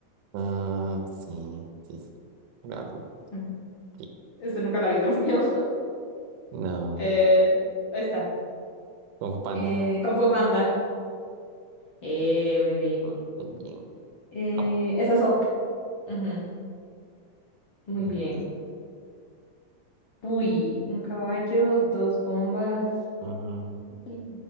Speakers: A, on the right (about 85°); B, on the left (about 60°).
A: Ah, sí, sí, sí. Probablemente.
B: Ujú.
A: Sí.
B: Este nunca la he visto, <laughs> pero...
A: No.
B: eh, esta.
A: Kung Fu Panda.
B: Eh, Kung Fu Panda. Eh, muy bien.
A: Mm, Muy bien.
B: Eh,
A: Up.
B: esa es Up. Ujú, Muy
A: Muy
B: bien.
A: bien.
B: Uy, un caballo, dos bombas.
A: Mm,
B: Sí.